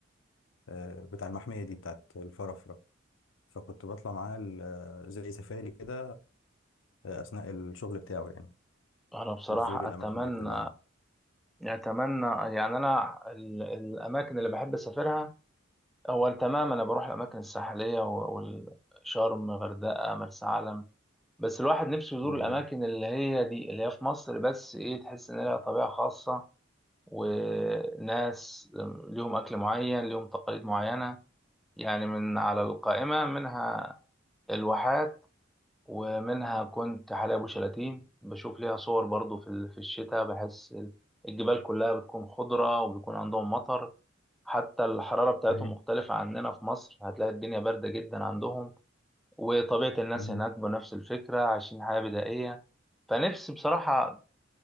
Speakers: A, on the left (about 70°); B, in the centre.
A: آه، بتاع المحمية دي بتاعت الفرافرة فكنت بطلع معاه ال- آه، زي سفاري كده آه، أثناء الشغل بتاعه يعني
B: أنا بصراحة
A: بزور الأماكن
B: أتمنى
A: دي كلها
B: أتمنى يعني أنا ال... الأماكن اللي بحب أسافرها أول تمام أنا بروح الأماكن الساحلية و- والشرم غردقة مرسى علم بس الواحد نفسه يزور
A: جميل
B: الأماكن اللي هي دي اللي هي في مصر بس إيه تحس إن لها طبيعة خاصة وناس ليهم أكل معين ليهم تقاليد معينة يعني من على القائمة منها الواحات ومنها كنت حلايب وشلاتين بشوف ليها صور برضو في ال- في الشتاء بحس الجبال كلها بتكون خضرة وبيكون عندهم مطر حتى الحرارة بتاعتهم
A: صحيح
B: مختلفة عننا في مصر هتلاقي الدنيا باردة جدا عندهم وطبيعة الناس
A: مهم.
B: هناك بنفس الفكرة عايشين حياة بدائية فنفسي بصراحة